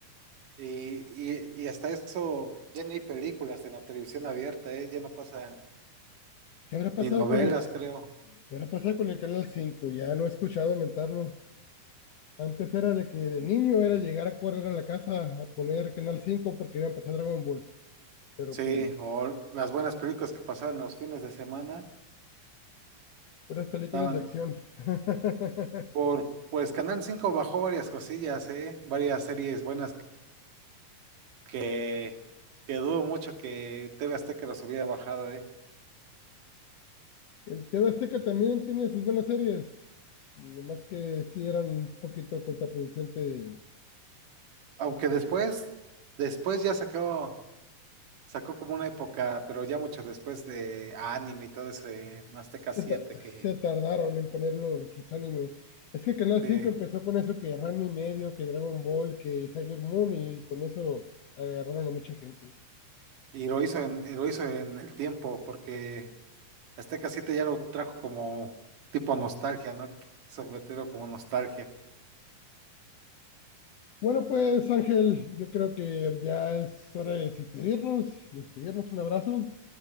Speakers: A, on the right; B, on the left.
A: eh, y, y, y hasta eso, ya ni hay películas en la televisión abierta, ¿eh? Ya no pasan
B: <laughs> ¿Qué habrá pasado
A: ni novelas,
B: con el,
A: creo.
B: qué habrá pasado con el canal cinco? Ya no he escuchado mentarlo. Antes era de que de niño era llegar a correr a la casa a poner canal cinco porque iban a pasar Dragon Ball. Pero
A: Sí,
B: pues,
A: o las buenas películas que pasaban los fines de semana,
B: puras películas
A: daban
B: de acción. <laughs>
A: por, pues Canal 5 bajó varias cosillas, ¿eh? Varias series buenas que, que dudo mucho que TV Azteca los hubiera bajado, ¿eh?
B: El TV Azteca también tenía sus buenas series. Nomás que sí eran un poquito contraproducente
A: Aunque después, después ya sacó, sacó como una época, pero ya mucho después de anime y todo eso en Azteca
B: se,
A: 7
B: ta-
A: que
B: se tardaron en poner los, los anime Es que Canal
A: de-
B: cinco empezó con eso que Ranma y Medio, que Dragon Ball, que Sailor Moon y con eso agarraron a mucha gente.
A: y lo hizo en, y lo hizo en el tiempo, porque Azteca 7 ya lo trajo como tipo nostalgia, ¿no? Sobre todo como nostalgia.
B: Bueno, pues Ángel, yo creo que ya es hora de despedirnos. Despedirnos, un abrazo.